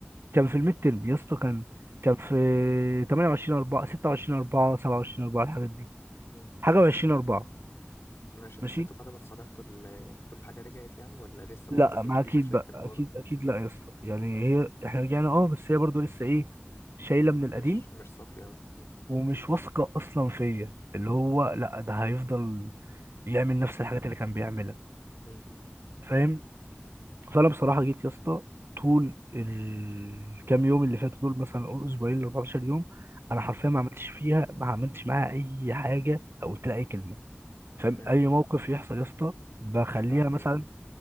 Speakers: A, on the right; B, on the left.
A: كان في الميد ترم يا اسطى كان كان في 28 4 26 4 27 4 الحاجات دي
B: مم.
A: حاجة و20 4
B: ماشي بس
A: ماشي؟
B: انتوا بعد ما اتصالحتوا ال- كل حاجة رجعت يعني ولا لسه برضه
A: لا
B: اللي
A: ما
B: في
A: أكيد
B: مشاكل
A: بقى
B: برضه
A: أكيد أكيد لا يا اسطى يعني هي إحنا رجعنا أه بس هي برضه لسه إيه شايلة من القديم
B: مش مش صافية أوي مم.
A: ومش واثقة أصلا فيا اللي هو لا ده هيفضل يعمل نفس الحاجات اللي كان بيعملها
B: مم.
A: فاهم فانا بصراحه جيت يا اسطى طول الكام يوم اللي فاتوا دول مثلا اقول اسبوعين ل 14 يوم انا حرفيا
B: مم.
A: ما عملتش فيها ما عملتش معاها اي حاجه او قلت لها اي كلمه فاهم
B: مم.
A: اي موقف يحصل يا اسطى بخليها
B: بتعدي
A: مثلا